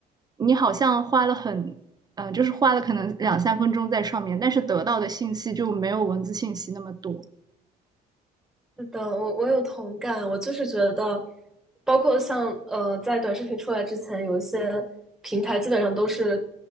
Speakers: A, on the right (about 25°); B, in the centre.
A: 你好像花了很，呃，就是花了可能两三分钟在上面，但是得到的信息就没有文字信息那么多。
B: 是的，我我有同感，我就是觉得，包括像呃，在短视频出来之前，有一些平台基本上都是，